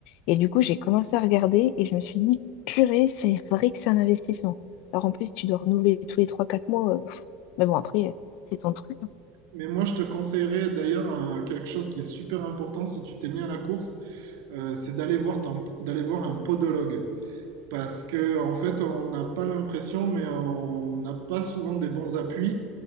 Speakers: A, on the left; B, on the right.
A: Et du coup, j'ai commencé à regarder et je me suis dit, purée, c'est vrai que c'est un investissement. Alors en plus, tu dois renouveler tous les trois quatre mois. euh, pff, mais bon, après, euh, c'est ton truc. hein.
B: Mais moi, je te conseillerais d'ailleurs un- quelque chose qui est super important si tu t'es mis à la course, euh, c'est d'aller voir, ton- d'aller voir un podologue. Parce que, en fait, on n'a pas l'impression, mais on n'a pas souvent des bons appuis.